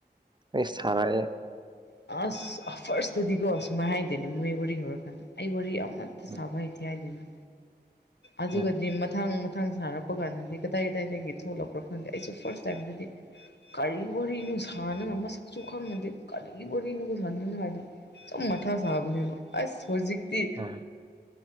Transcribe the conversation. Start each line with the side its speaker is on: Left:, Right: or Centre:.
Right: ꯂꯣꯏ ꯁꯥꯔꯛꯑꯦ
Left: ꯑꯁ ꯐꯥꯔꯁꯇꯗꯤꯀꯣ ꯁꯨꯃꯥꯏ ꯍꯥꯏꯗꯣꯏꯅꯦ ꯃꯣꯏ ꯋꯥꯔꯤ ꯍꯧꯔꯛꯀꯥꯟꯗ ꯑꯩ ꯋꯥꯔꯤ ꯑꯃ ꯑꯃꯠꯇ
Right: ꯎꯝ
Left: ꯁꯥꯕ ꯍꯩꯇꯦ ꯍꯥꯏꯗꯅ ꯑꯗꯨꯒꯗꯤ
Right: ꯎꯝ
Left: ꯃꯊꯪ ꯃꯊꯪ ꯁꯥꯔꯛ ꯄ ꯀꯥꯟꯗꯗꯤ ꯀꯗꯥꯏ ꯀꯗꯥꯏꯗꯒꯤ ꯊꯣꯛꯂꯛꯄ꯭ꯔꯥ ꯈꯥꯟꯗꯦ ꯑꯩꯁꯨ ꯐꯥꯔꯁ ꯇꯥꯏꯝꯗꯗꯤ ꯀꯔꯤ ꯋꯥꯔꯤꯅꯣ ꯁꯅꯅꯤꯉꯥꯏ ꯃꯁꯛꯁꯨ ꯈꯪꯅꯗꯦ ꯀꯔꯤ ꯋꯥꯔꯤꯅꯣꯕꯥ ꯁꯥꯟꯅꯅꯉꯥꯏꯗꯣ ꯁꯨꯝ ꯃꯊꯥ ꯁꯥꯕꯅꯦꯕ ꯑꯁ ꯍꯧꯖꯤꯛꯇꯤ
Right: ꯎꯝ